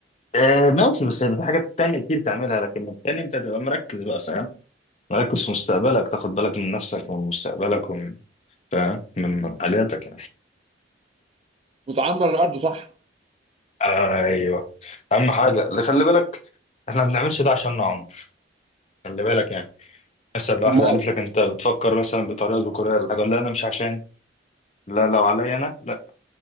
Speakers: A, on the left (about 35°); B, on the right (about 30°).
A: آه ماشي بس هيبقى في حاجات تانية كتير تعملها لكن التاني انت تبقى مركز بقى فاهم مركز في مستقبلك تاخد بالك من نفسك ومن مستقبلك ومن فاهم من من حاجاتك
B: وتعمر
A: يعني
B: الارض صح
A: ايوه اهم حاجه اللي خلي بالك احنا ما بنعملش ده عشان عمر خلي بالك يعني مثلا لو
B: ما
A: واحده قالت لك انت بتفكر مثلا بطريقه ذكوريه ولا حاجه لا انا مش عشان لا لو عليا انا لا